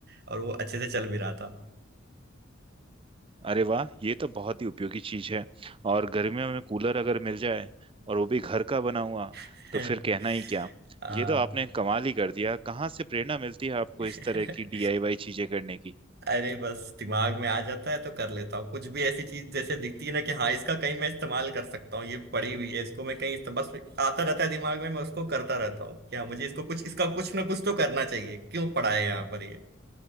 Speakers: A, on the right; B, on the right.
A: और वो अच्छे से चल भी रहा था
B: अरे वाह ये तो बहुत ही उपयोगी चीज है और गर्मियों में कूलर अगर मिल जाए और वो भी घर का बना हुआ
A: <laughs>
B: तो फिर कहना ही क्या
A: आ,
B: ये तो आपने कमाल ही कर दिया कहाँ से प्रेरणा मिलती है आपको इस
A: <laughs>
B: तरह की डीआईवाई चीजें करने की
A: अरे बस दिमाग में आ जाता है तो कर लेता हूँ कुछ भी ऐसी चीज जैसे दिखती है ना कि हाँ इसका कहीं मैं इस्तेमाल कर सकता हूँ ये पड़ी हुई है इसको मैं कहीं इस्त- बस आता रहता है दिमाग में मैं उसको करता रहता हूँ कि हाँ मुझे इसको कुछ इसका कुछ ना कुछ तो करना चाहिए क्यों पड़ा है यहाँ पर ये